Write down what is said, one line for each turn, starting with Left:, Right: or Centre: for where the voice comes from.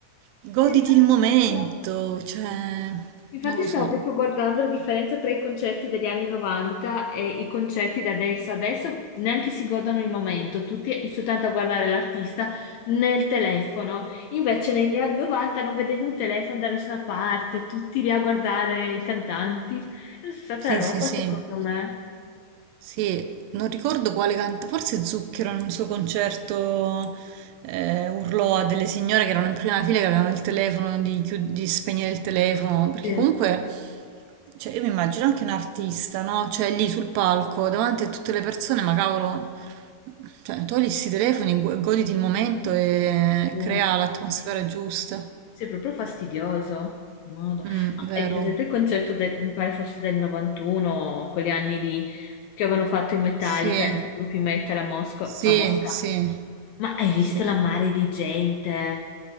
Right: goditi
Left: esatto.
Right: il momento, cioè,
Left: Infatti
Right: non lo
Left: stavo
Right: so.
Left: proprio guardando la differenza tra i concerti degli anni 90 e i concerti da adesso. Adesso neanche si godono il momento, tutti soltanto a guardare l'artista nel telefono. Invece negli anni 90 non vedevi un telefono da nessuna parte, tutti lì a guardare i cantanti. È stata
Right: Sì,
Left: roba
Right: sì, sì,
Left: secondo me.
Right: sì, non ricordo quale canta, forse Zucchero in un suo concerto eh, urlò a delle signore che erano in prima fila che avevano il telefono, di, chiud- di spegnere il telefono, perché
Left: Sì,
Right: comunque... Cioè, io mi immagino anche un artista, no? Cioè, lì sul palco, davanti a tutte le persone, ma cavolo, cioè, togli sti telefoni, gu- goditi il momento e
Left: sì.
Right: crea l'atmosfera giusta.
Left: Sì, è proprio fastidioso. Modo. Ma
Right: Mm, vero?
Left: Hai presente il concerto del, mi pare fosse del 91, quegli anni lì che avevano fatto in Metallica,
Right: Sì,
Left: i gruppi metal a Mosco-
Right: sì,
Left: a Mosca?
Right: sì,
Left: Ma hai visto
Right: sì.
Left: la mare di gente?